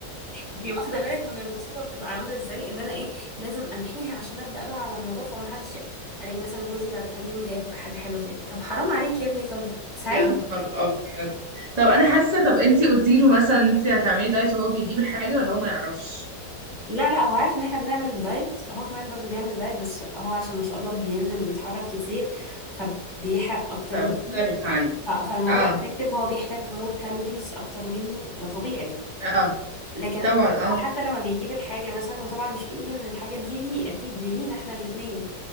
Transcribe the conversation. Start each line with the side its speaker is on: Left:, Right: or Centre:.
Left: انتي واخده بالك من المصيبه بتبقى عامله ازاي ان انا ايه لازم امحيها عشان ابدا بقى على النظافه ومحدش الاقي مثلا جوزي بعد كام يوم جايب حاجه حلوه تاني طب حرام عليك يا ابني طب ساعدني
Right: يا نهار ابيض طب انا حاسه طب انت قلتي له مثلا انت هتعملي دايت وهو بيجيب الحاجه ولا هو ما يعرفش
Left: لا لا هو عارف ان احنا بنعمل دايت هو كمان برضو بيعمل دايت بس هو عشان ما شاء الله بينزل وبيتحرك كتير فبيحرق اكتر
Right: فمختلف
Left: مني
Right: عن
Left: ف- فالموضوع
Right: اه
Left: افكتيف هو بيحتاج مور كالوريز اكتر مني ده طبيعي
Right: اه
Left: لكن هو
Right: طبعا اه
Left: حتى لما بيجيب الحاجه مثلا وطبعا مش بيقول ان الحاجه دي ليه اكيد دي لينا احنا الاتنين